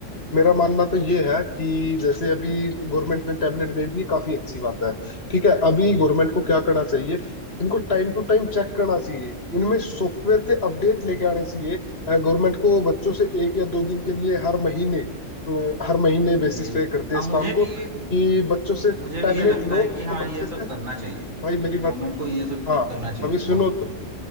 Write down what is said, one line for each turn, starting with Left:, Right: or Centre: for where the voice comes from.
Left: मेरा मानना तो ये है कि जैसे अभी गवर्नमेंट ने टैबलेट दे दी काफी अच्छी बात है ठीक है अभी
Right: जी
Left: गवर्नमेंट
Right: जी
Left: को क्या करना चाहिए इनको टाइम टू टाइम चेक करना चाहिए इनमें सॉफ्टवेयर के अपडेट लेके आने चाहिए गवर्नमेंट को बच्चों से एक या दो दिन के लिए हर महीने अ, हर महीने
Right: जी
Left: बेसिस
Right: जी
Left: पे करते
Right: हाँ
Left: हैं इस
Right: मुझे
Left: काम
Right: भी
Left: को
Right: ये
Left: कि बच्चों से
Right: मुझे भी
Left: टैबलेट
Right: ये लगता
Left: लो
Right: है कि हाँ
Left: तो बच्चे
Right: ये सब
Left: से
Right: करना चाहिए
Left: भाई मेरी
Right: गवर्नमेंट
Left: बात
Right: को ये सब
Left: हाँ
Right: क- करना चाहिए
Left: अभी सुनो
Right: हाँ
Left: तो